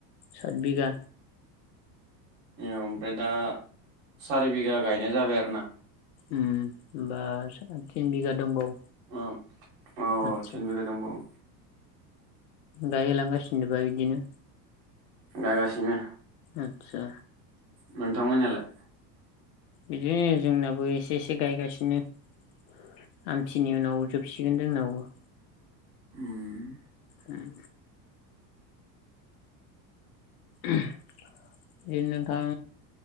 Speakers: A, on the left; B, on the right.
A: साद बिगा
B: ओमफ्राय दा सारि बिघा गायनाय जाबाय आरो ना।
A: उम होमबा सो तिन बिघा दंबावो
B: औ औ औ
A: आतसा
B: थिन बिगा दंबावो
A: गायलांगासिनो बा बिदिनो
B: गायगासिनो।
A: आदसा
B: नोंथां मोननियालाय?
A: बिदिनो जोंनाबो एसे एसे गायगासिनो आमथिनि उनाव जोबसिगोन जोंनावबो।
B: उम।
A: ओम ओम इ नोंथां